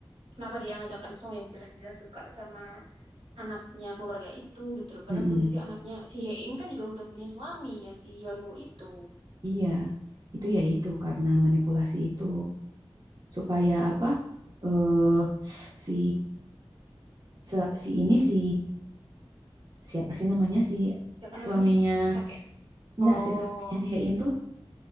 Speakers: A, on the right (about 85°); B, on the right (about 45°).
A: kenapa dia ngajak Ensong yang jelas-jelas suka sama anaknya keluarga itu gitu loh. Padahal
B: mm-mm,
A: posisi anaknya si Hein kan juga udah punya suami ya si Hyunwoo itu.
B: iya. Itu ya itu karena manipulasi itu supaya apa? Eh si se- si ini si siapa sih namanya si
A: Siapa namanya?
B: suaminya
A: Kakek.
B: enggak
A: Oh,
B: si suaminya si Hein tuh.